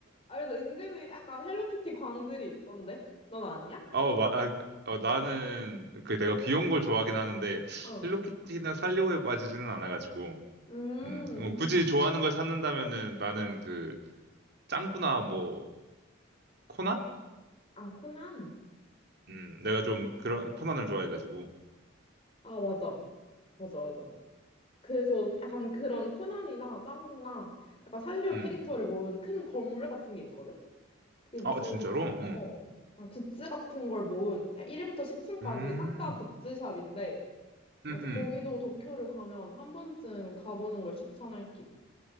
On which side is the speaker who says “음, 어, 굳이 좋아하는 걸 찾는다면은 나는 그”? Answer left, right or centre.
Right